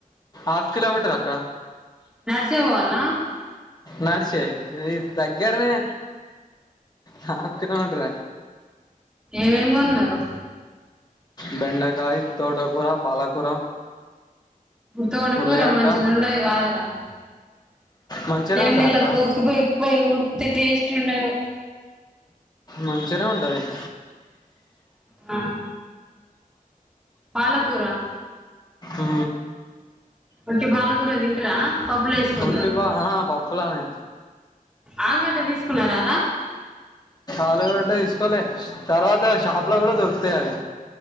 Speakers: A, on the left; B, in the centre.
A: ఆఫ్ కిలోమీటర్ అక్క
B: నడిచే పోవాల్నా
A: నడిస్తే ఈ దగ్గరనే హఫ్ కిలోమీటర్
B: ఎం ఎం కోన్నారు
A: బెండకాయ తోటకూర పాలకూర
B: తోటకుర
A: ఉల్లిగడ్డ
B: మంచిగ ఉండది గాదు ర
A: మంచిగానే
B: ఎండ
A: ఉంటుంది అక్క
B: లో కూక్ పో పోయి ఉడికితే టేస్ట్ ఉండదు
A: మంచిగానే ఉంటది ఇగ
B: ఆ పాలకూర
A: ఊ
B: ఉట్టి పాలకూర తింటారా పప్పుల వేసుకుంటార
A: ఉట్టి పా ఆహా, పప్పులానే
B: ఆలుగడ్డ తీసుకున్నారార
A: ఆలుగడ్డ తీసుకోలే తర్వాత షాప్ లో కూడా దొరుకుతాయి అవి